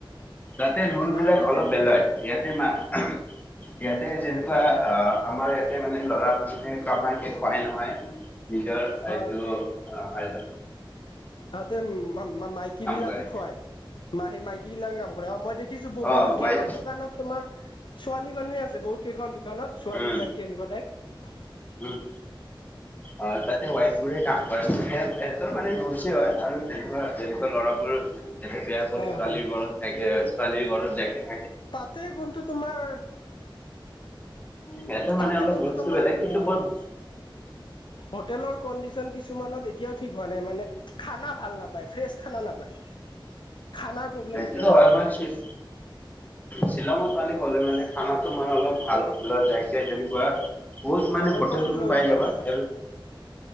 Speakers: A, on the left; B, on the left.
A: তাতে ৰোল
B: ৰাতি
A: বিলাক অলপ
B: তুমি
A: বেলগ ইয়াতে মা ইয়াতে যেনেকুৱা আহ আমাৰ ইয়াতে মানে লৰা মানুহে কামাই খুৱাই নহয়। নিজৰ
B: হয়
A: আটো অ হয়দ।
B: তাতে মাইকী বিলাকে
A: কৰে।
B: খুৱাই ম সেই মাইকী বিলাকে কাম কৰে মই দেখিছো বহুত
A: অ' ৱাইফ
B: কেইখন। দোকানত তোমাৰ ছোৱালী মানুহে আছে বহুত। কেইখন দোকানত ছোৱালী
A: উম,
B: মাইকী এনেকুৱা টাইপ।
A: উম। অ তাতে ৱাইফ বোৰে কাম কৰে স সিহঁতৰ মানে ৰোচ হয় আৰু তেনেকুৱা তেনেকুৱা ল'ৰাবোৰ। এতে বেয়া কৰি
B: হয়
A: ছোৱালীৰ
B: হয়
A: ঘৰত থাকে ছোৱালীৰ ঘৰত জাকে।
B: তাতে কোনটো তোমাৰ।
A: সিহঁতৰ মানে
B: তাতে
A: অলপ
B: বন্ধু
A: ৰুলচটো
B: তোমাৰ
A: বেলেগ কিন্তু
B: আহ।
A: বহুত
B: হোটেলৰ কণ্ডিশন কিছুমানত এতিয়াও ঠিক হোৱা নাই মানে। খানা ভাল নাপায় ফ্ৰেছ খানা নাপায়। খানাৰ প্ৰব্লেম
A: সেইটোতো
B: এতিয়াও
A: হয়
B: আছে
A: মই
B: বটো।
A: শ্বিলঙত মানে গ'লে মানে খানা মানে অলপ ভালত যাইছে যেনেকুৱা। বহুত মানে
B: ঘৰৰ
A: হোটেল
B: পৰাই
A: তুমি
B: লৈ
A: পাই
B: যোৱা
A: যাবা
B: ভাল আছে
A: উ।